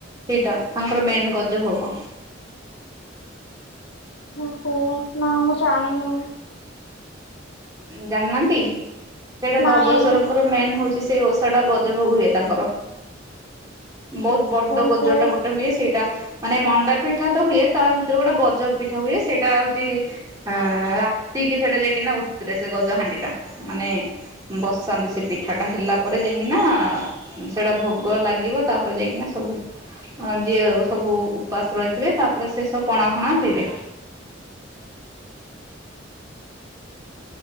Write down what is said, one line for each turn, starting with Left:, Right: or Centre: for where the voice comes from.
Right: ସେଇଟା ତାଙ୍କର ମେନ୍ ଗଜ ଭୋଗ।
Left: ଓହୋ ନା ମୁଁ ଜାଣିନି।
Right: ଜାଣିନାହାନ୍ତି? ସେଟା
Left: ନାଇଁ
Right: ଧବଳେଶ୍ଵରଙ୍କର ମେନ ହଉଛି କି ସେଇ ଓଷା ଟା ଗଜଭୋଗ ହୁଏ ତାଙ୍କର। ବହୁତ ବଡ
Left: ଓହୋ।
Right: ଗଜଟା ଗୋଟେ ହୁଏ ସେଇଟା ମାନେ ମଣ୍ଡା ପିଠା ତ ହୁଏ ତା ଭିତରେ ଗୋଟେ ଗଜ ପିଠା ହୁଏ ସେଇଟା ହଉଛି ଆ ରା ତିକିି ସେଇଟା ଯାଇକିନା ଥିରେ ସେ ଗଜହାଣ୍ଡିଟା ମାନେ ବସାନ୍ତି ସେ ପିଠାଟା ହେଲା ପରେ ଯାଇକିନା, ସେଟା ଭୋଗ ଲାଗିବ ତାପରେ ଯାଇକିନା ସବୁ ଯିଏ ସବୁ ଉପାସ ରହିଥିବେ ତାପରେ ସେ ସବୁ ପଣା ଫଣା ପିଇବେ
Left: ଆ